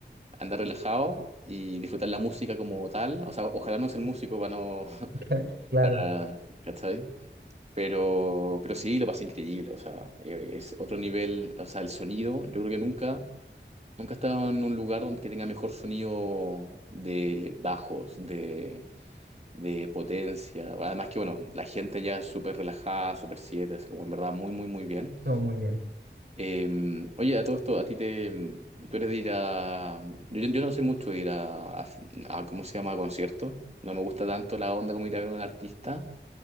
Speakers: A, on the right; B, on the right.
A: andar relajado y disfrutar la música como tal. O sea, ojalá no ser músico para no, <laughs>
B: <laughs> claro,
A: para- ¿cachai? Pero, pero sí, lo pasé increíble. O sea, eh, es otro nivel. O sea, el sonido, yo creo que nunca, nunca he estado en un lugar donde que tenga mejor sonido de bajos, de, de potencia. Además que, bueno, la gente ya es súper relajada, súper siete, así como en verdad muy, muy, muy bien.
B: todo muy bien,
A: Eh, oye, a todo esto, a ti te... Tú eres de ir a... Yo, yo no sé mucho de ir a, a- a- ¿Cómo se llama? A conciertos. No me gusta tanto la onda como ir a ver a un artista.